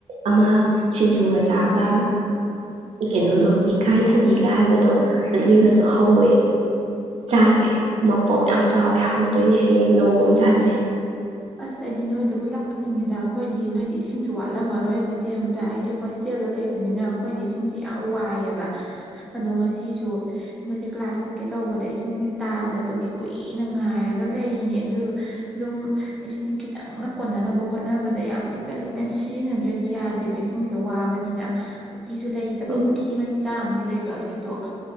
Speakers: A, on the right; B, in the centre.
A: ꯑꯃ ꯁꯤꯡꯖꯨꯒ ꯆꯥꯕ ꯀꯩꯅꯣꯗꯣ ꯏꯀꯥꯏꯊꯕꯤꯒ ꯍꯥꯏꯕꯗꯣ ꯑꯗꯨꯏꯒꯗꯣ ꯍꯧꯋꯦ ꯆꯥꯁꯦ ꯃꯄꯣꯞ ꯌꯥꯝ ꯆꯥꯎꯋꯦ ꯍꯥꯎꯗꯣꯏꯅꯦ ꯍꯌꯦꯡ ꯅꯣꯡꯃ ꯑꯃ ꯆꯥꯁꯦ
B: ꯑꯁ ꯑꯩꯗꯤ ꯅꯣꯏꯗꯕꯨ ꯂꯥꯛꯅꯤꯡꯉꯦꯗ ꯑꯩꯈꯣꯏꯗꯤ ꯅꯣꯏꯗꯤ ꯏꯁꯤꯡꯁꯨ ꯋꯥꯠꯂꯝꯃꯔꯣꯏ ꯑꯗꯨꯗꯤ ꯑꯝꯇ ꯑꯩꯗꯤ ꯍꯣꯁꯇꯦꯜꯗ ꯂꯩꯕꯅꯤꯅ ꯑꯩꯈꯣꯏꯗꯤ ꯏꯁꯤꯡꯁꯦ ꯌꯥꯝ ꯋꯥꯏꯑꯦꯕ ꯑꯗꯣ ꯉꯁꯤꯁꯨ ꯑꯩꯈꯣꯏꯁꯦ ꯀ꯭ꯂꯥꯁ ꯆꯠꯀꯦ ꯇꯧꯕꯗ ꯏꯁꯤꯡꯁꯦ ꯇꯥꯗꯕꯒꯤ ꯀꯨꯏꯅ ꯉꯥꯏꯔꯒ ꯂꯩꯔꯤꯅꯦ ꯑꯗꯨ ꯑꯗꯨꯝ ꯏꯁꯤꯡ ꯈꯤꯇꯪꯅ ꯀꯣꯟꯅꯅꯕ ꯍꯣꯠꯅꯕꯗ ꯌꯥꯝ ꯂꯤꯛꯅ ꯂꯤꯛꯅ ꯁꯤꯖꯤꯟꯅꯗ꯭ꯔꯗꯤ ꯌꯥꯗꯦꯕ ꯏꯁꯤꯡꯁꯦ ꯋꯥꯕꯅꯤꯅ ꯄꯨꯈ꯭ꯔꯤꯁꯨ ꯂꯩꯇꯕ
A: ꯎꯝ
B: ꯄꯨꯈ꯭ꯔꯤ ꯃꯆꯥ ꯑꯃꯗꯤ ꯂꯩꯕ ꯑꯗꯨꯗꯣ